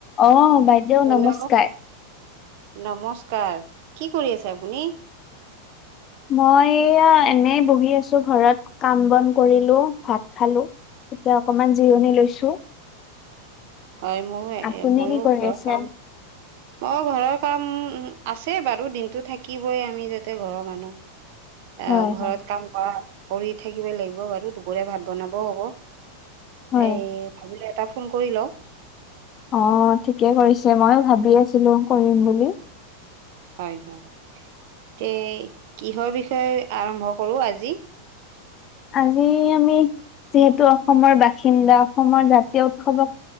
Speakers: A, on the left; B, on the right.
A: অ বাইদেউ
B: হেল্ল!
A: নমস্কাৰ
B: নমস্কাৰ! কি কৰি আছে আপুনি?
A: মই এয়া এনেই বহি আছো ঘৰত। কাম-বন কৰিলো ভাত খালো। এতিয়া অকমান জিৰণি লৈছো।
B: হয়, ময়
A: আপুনি
B: মইও
A: কি কৰি
B: ঘৰৰ
A: আছে
B: কাম অ ঘৰৰ কাম আছে বাৰু দিনটো থাকিবই আমি যাতে ঘৰৰ মানুহ আহ
A: হয়
B: ঘৰত
A: হয়
B: কাম কৰা, কৰি থাকিব লাগিব বাৰু। দুপৰীয়া ভাত বনাবও হ'ব।
A: হয়
B: এই ভাবিলোঁ এটা ফোন কৰি লও।
A: অ ঠিকে কৰিছে, মই ভাবি আছিলো কৰিম বুলি।
B: হয় হয়, তে কিহৰ বিষয়ে আৰম্ভ কৰো আজি?
A: আজি আমি যিহেতু অসমৰ বাসিন্দা, অসমৰ জাতীয় উৎসৱক